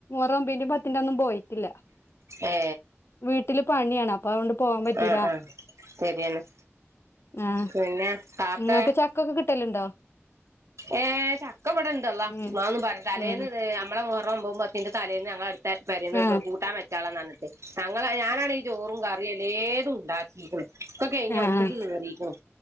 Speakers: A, on the left; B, on the right.
A: റം പിന്ന പത്തിന്റെ ഒന്നും പോയിട്ടില്ല
B: ഏ
A: വീട്ടില് പണിയാണ് അപ്പൊ അതൊണ്ട് പോവാൻ പറ്റില്ല
B: ആ ആ ശരിയെന്നാ
A: ആഹ്
B: പിന്നെ താത്തേ
A: നിങ്ങക്ക് ചക്കൊക്കെ കിട്ടലുണ്ടോ
B: ഏഹ് ചക്ക ഇട ഇണ്ടല്ലോ
A: ഉം
B: മന്നന്ന് പറ തലേന്ന്
A: ഉം
B: മ്മള മുറ പോകുമ്പോന്റെ തലേന്ന് ഞങ്ങളടു പേരെന്
A: ആഹ്
B: കൂട്ടാൻ വൊുള്ള ഞ ഞ ചോറും കറിയുംല്ലേതും ഉണ്ടാക്കിരിക്കണം ഒക്കെ കഴിഞ്ഞാ
A: ആഹ്
B: ഒത്തക്ക് കേറിരിക്കണം